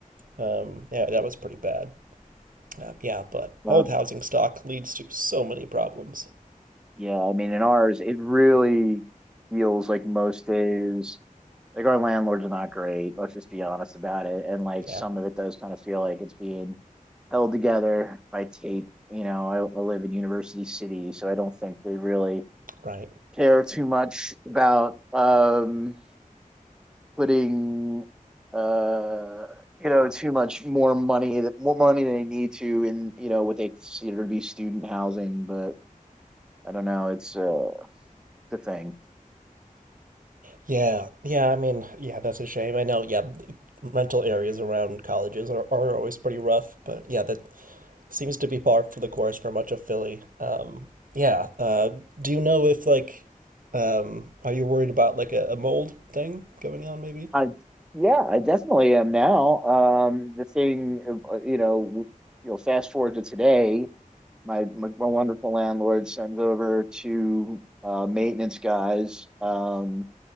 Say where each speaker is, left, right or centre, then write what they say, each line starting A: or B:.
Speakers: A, on the right (about 75°); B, in the centre.
A: Um yeah, that was pretty bad. Uh, yeah, but old
B: Uh,
A: housing stock leads to so many problems.
B: Yeah, I mean, in ours, it really feels like most days, like our landlords are not great. Let's just be honest about it. And like
A: Yeah,
B: some of it does kind of feel like it's being held together by tape. You know, I, I live in University City, so I don't think they really
A: right.
B: care too much about um putting uh you know too much more money that more money they need to in you know what they consider to be student housing. But I don't know, it's uh the thing.
A: Yeah, yeah, I mean, yeah, that's a shame. I know, yeah, rental areas around colleges are, are always pretty rough, but yeah, that seems to be par for the course for much of Philly. Um, yeah, uh, do you know if like, um, are you worried about like a, a mold thing going on maybe?
B: I yeah, I definitely am now. Um, the thing, uh, you know, you'll fast forward to today. My my, my wonderful landlord sends over to uh, maintenance guys. Um,